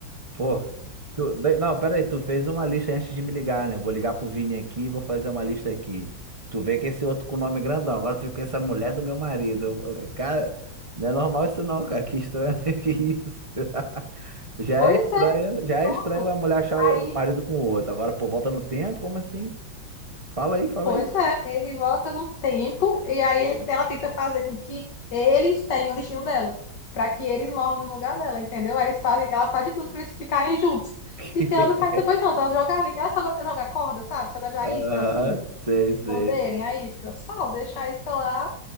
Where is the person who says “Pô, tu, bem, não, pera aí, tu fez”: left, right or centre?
Right